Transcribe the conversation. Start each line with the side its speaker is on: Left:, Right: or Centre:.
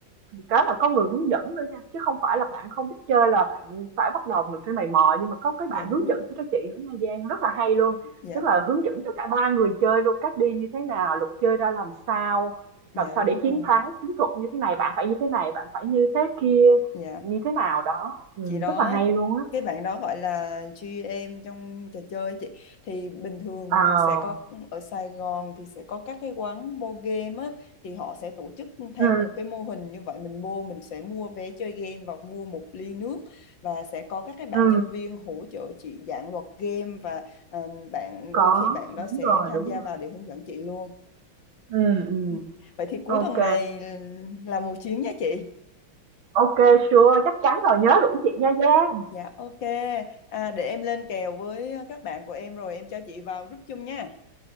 Right: Cái là có người hướng dẫn nữa nha, chứ không phải là bạn không biết chơi là bạn phải bắt đầu mình phải mày mò, nhưng mà có cái
Left: dạ
Right: bạn
Left: đúng
Right: hướng dẫn
Left: ạ
Right: cho chị nữa nha Giang, rất là hay luôn.
Left: dạ
Right: Tức là hướng dẫn cho cả ba người chơi luôn, cách đi như thế nào, luật chơi ra làm sao,
Left: dạ
Right: làm sao
Left: đúng
Right: để
Left: rồi
Right: chiến thắng, chiến thuật như thế này, bạn phải như thế này, bạn phải như thế kia,
Left: dạ
Right: như thế nào đó. Ừ,
Left: chị đó
Right: rất là hay luôn á.
Left: cái bạn đó gọi là giê em trong trò chơi ấy chị thì bình thường
Right: à
Left: sẽ có ở Sài Gòn thì sẽ có các cái quán board game á thì họ sẽ tổ chức theo
Right: Ừ,
Left: một cái mô hình như vậy mình mua mình sẽ mua vé chơi game và mua một ly nước và sẽ có các cái bạn
Right: ừ,
Left: nhân viên hỗ trợ chị giảng luật game và ờ, bạn
Right: có,
Left: đôi khi bạn đó
Right: đúng
Left: sẽ
Right: rồi,
Left: tham
Right: đúng
Left: gia vào
Right: rồi.
Left: để hướng dẫn chị luôn
Right: Ừ, ừ.
Left: Ừ. vậy thì cuối
Right: Ok,
Left: tuần này là một chuyến nha chị
Right: ok, sure, chắc chắn rồi, nhớ rủ chị nha Giang.
Left: Dạ ok. À, để em lên kèo với ờ, các bạn của em rồi em cho chị vào group chung nha.